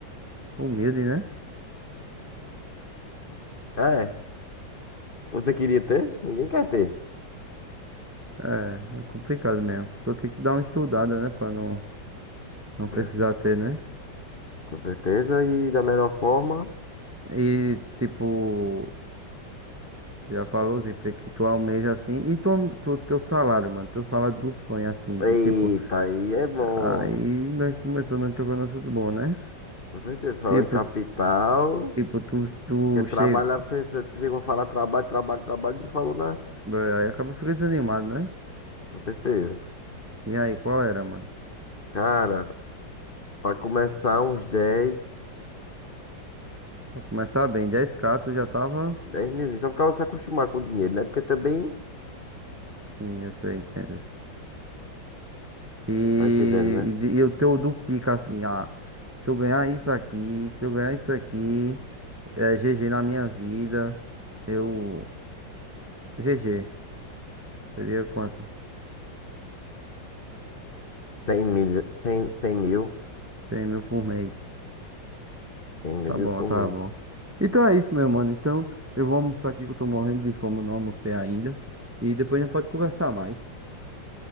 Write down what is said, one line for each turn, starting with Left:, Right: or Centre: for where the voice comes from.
Right: Humilde, né?
Left: É. Você queria ter? Ninguém quer ter.
Right: É, é complicado mesmo. A pessoa tem que dar uma estudada, né? Pra não, não precisar
Left: É,
Right: ter, né?
Left: Com certeza. E da melhor forma.
Right: E, tipo. Já falou os empregos que tu almeja assim. E tu, tu- teu salário, mano. Teu salário do sonho, assim,
Left: Eita,
Right: de tipo.
Left: aí é bom.
Right: Aí nós começou nós tocando no assunto bom, né?
Left: Com certeza. Falou
Right: Tipo,
Left: em capital.
Right: tipo, tu, tu
Left: Porque
Right: chega.
Left: trabalhar, você, você chegou a falar trabalho, trabalho, trabalho, não falou nada.
Right: Aí acaba ficando desanimado, né?
Left: Com certeza.
Right: E aí, qual era, mano?
Left: Cara, pra começar uns 10
Right: Pra começar bem, 10k tu já tava.
Left: 10 milzinhos. Só pra você se acostumar com o dinheiro, né? Porque também,
Right: Sim, eu sei, entendo. E,
Left: tá entendendo, né?
Right: e, de- e o teu do pica, assim, ah, se eu ganhar isso aqui, se eu ganhar isso aqui, é GG na minha vida, eu. GG, seria quanto?
Left: 100 mil, 100 100 mil,
Right: 100 mil por mês.
Left: cem
Right: Tá
Left: mil
Right: bom,
Left: por
Right: tá
Left: mês.
Right: bom. Então é isso, meu mano. Então eu vou almoçar aqui que eu tô morrendo de fome, eu não almocei ainda. E depois a gente pode conversar mais.